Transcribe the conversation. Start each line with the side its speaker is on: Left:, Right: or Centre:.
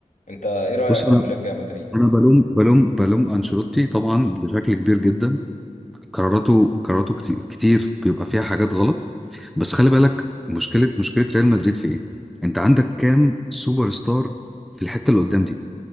Left: انت ايه رأيك
Centre: بص
Left: كمشجع
Centre: انا
Left: مدريد
Centre: انا بلوم بلوم بلوم انشيلوتي طبعا بشكل كبير جدا قراراته قراراته كتير, كتير بيبقى فيها حاجات غلط بس خلي بالك مشكله مشكله ريال مدريد في ايه انت عندك كام سوبر ستار في الحته اللي قدام دي